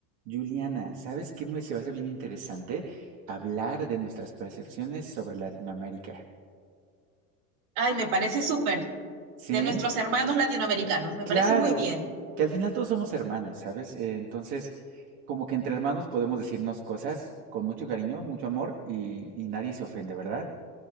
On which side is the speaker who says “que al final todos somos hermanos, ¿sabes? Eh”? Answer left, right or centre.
Right